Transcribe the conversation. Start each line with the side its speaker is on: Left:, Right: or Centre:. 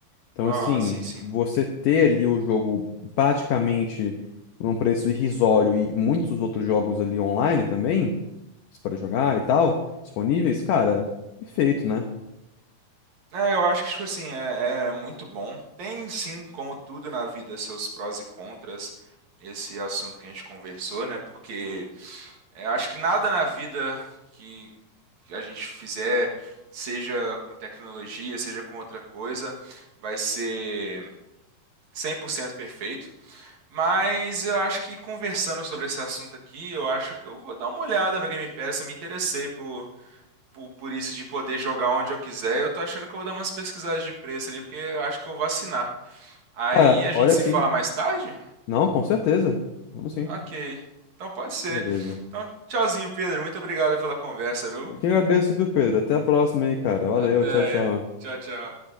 Left: Então,
Right: Ah,
Left: assim,
Right: sim, sim.
Left: você ter ali o jogo praticamente num preço irrisório e muitos outros jogos ali online também, você pode jogar e tal, disponíveis, cara, perfeito, né?
Right: É, eu acho que, tipo assim, é, é muito bom. Tem, sim, como tudo na vida, seus prós e contras, esse assunto que a gente conversou, né? Porque é, acho que nada na vida que a gente fizer, seja com tecnologia, seja com outra coisa, vai ser 100% perfeito. Mas eu acho que conversando sobre esse assunto aqui, eu acho que eu vou dar uma olhada no Game Pass. Eu me interessei por, por isso de poder jogar onde eu quiser, eu tô achando que eu vou dar umas pesquisadas de preço ali, porque eu acho que eu vou assinar. Aí
Left: Cara,
Right: a
Left: olha
Right: gente se
Left: sim.
Right: fala mais tarde?
Left: Não, com certeza. Vamos sim.
Right: Ok. Então pode ser.
Left: Beleza.
Right: Então, tchauzinho, Pedro. Muito obrigado pela conversa, viu?
Left: Eu que agradeço, viu, Pedro? Até a próxima aí, cara. Valeu,
Right: Até.
Left: tchau, tchau.
Right: Tchau, tchau.